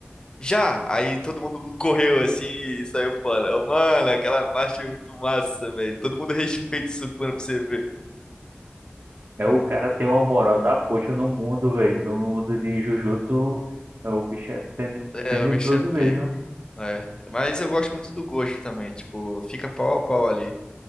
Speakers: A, on the left; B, on the right.
A: Já! Aí todo mundo correu assim e saiu fora. Eu, Mano, aquela parte é muito massa, velho. Todo mundo respeita o Sukuna pra você ver.
B: É o cara tem uma moral da poxa no mundo, velho. No mundo de Jujutsu, é, o bicho é tene-
A: É,
B: tenebroso
A: o bicho é pego.
B: mesmo.
A: É. Mas eu gosto muito do Gojo também. Tipo, fica pau a pau ali.